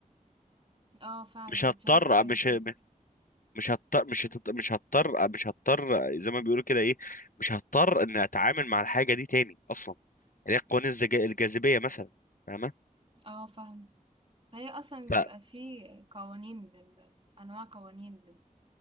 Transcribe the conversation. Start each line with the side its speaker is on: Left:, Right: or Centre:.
Right: اه فعلا
Left: مش هضطر
Right: في حاجات كتير
Left: مش
Right: كده
Left: مش هضطر مش هتط- مش هضطر مش هضطر زي ما بيقولوا كده ايه مش هضطر ان اتعامل مع الحاجه دي تاني اصلا اللي هي قوانين الزجا- الجاذبيه مثلا فاهمه
Right: اه فاهم هي اصلا
Left: ف
Right: بيبقى في قوانين لل... انواع قوانين